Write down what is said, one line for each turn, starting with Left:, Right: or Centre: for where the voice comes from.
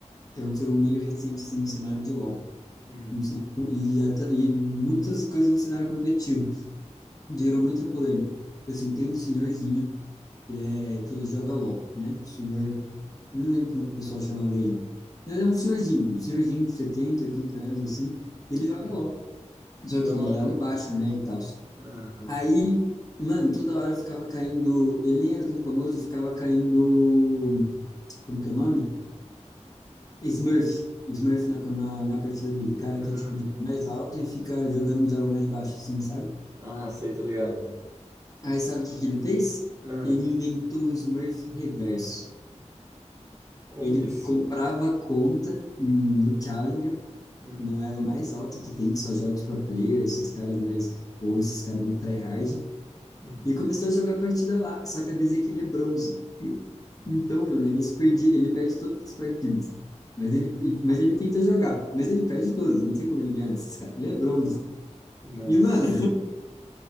Left: que aconteceu meio recente, assim, no cenário de LoL.
Right: hum,
Left: um cenário- E, até- e muitas coisas no cenário competitivo. Gerou muita polêmica. Tipo Assim, tem um senhorzinho que, é, que ele joga LOL, né? O senhor...
Right: hum.
Left: Não lembro como que o pessoal chamava ele. Mas é um senhorzinho. Um senhorzinho de 70, 80 anos, assim. Ele joga
Right: hum.
Left: LOL. Só
Right: Da
Left: que ele
Right: hora.
Left: é elo baixo, né? E tal.
Right: Aham.
Left: Aí, mano, toda hora ficava caindo... Ele nem era tão famoso, ficava caindo... Como que é o nome? Smurf. Smurf na, na, na partida dele. Cara que
Right: Aham.
Left: é tipo de elo mais alto e fica jogando uns elos mais baixos, assim, sabe?
Right: Ah, sei, tô ligado.
Left: Aí sabe o que que ele fez?
Right: Ah,
Left: Ele inventou o Smurf reverso.
Right: como
Left: Ele
Right: isso?
Left: comprava conta hum, no Challenger,
Right: Hum,
Left: no elo mais alto que tem, que só jogos pro players, esses caras mais. Ou esses caras muito tryhard.
Right: hum,
Left: E começou a jogar partida lá. Só que a vez é que ele é bronze.
Right: hum.
Left: Então, mano, ele, se perdi, ele perde todas as partidas. Mas ele, mas ele tenta jogar. Mas ele perde todas. Não sei como ele ganha desses caras. Ele é bronze.
Right: Nossa.
Left: E, mano,